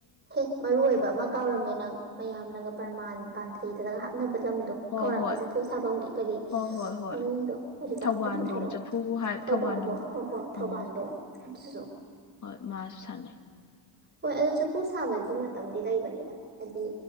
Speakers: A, on the right; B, on the left.
A: ꯍꯦ ꯃꯔꯨꯑꯣꯏꯕ ꯑꯃ ꯀꯥꯎꯔꯝꯃꯦ ꯅꯪ ꯃꯌꯥꯝꯅꯒ ꯄ꯭ꯔꯃꯥꯟ ꯄꯥꯟꯊꯩꯗꯒ ꯍꯥꯞꯅꯕ ꯂꯝꯗꯣ
B: ꯍꯣꯏ
A: ꯀꯥꯎꯔꯝꯃꯦ
B: ꯍꯣꯏ
A: ꯆꯐꯨ ꯁꯥꯐꯝꯒꯤ ꯀꯔꯤ
B: ꯍꯣꯏ ꯍꯣꯏ ꯍꯣꯏ
A: ꯃꯃꯤꯡꯗꯣ ꯀꯔꯤꯕ
B: ꯊꯧꯕꯥꯟꯗꯣꯡ
A: ꯑꯗꯨꯝꯇꯒ ꯍꯥꯏꯔꯛꯑꯣ
B: ꯆꯐꯨꯕꯨ ꯍꯥꯏ
A: ꯊꯧꯕꯥꯜꯗꯣꯡ
B: ꯊꯧꯕꯥꯟꯗꯣꯡ
A: ꯍꯣꯏ ꯍꯣꯏ ꯊꯧꯕꯥꯜꯗꯣꯡ
B: ꯎꯝ
A: ꯑꯗꯨꯁꯨ
B: ꯍꯣꯏ ꯃꯥꯁꯨ ꯁꯥꯟꯅꯩ
A: ꯍꯣꯏ ꯑꯗ ꯆꯥꯐꯨ ꯁꯥꯕꯁꯤꯁꯨ ꯃꯇꯝꯗꯤ ꯂꯩꯕꯅꯤꯗ ꯍꯥꯏꯗꯤ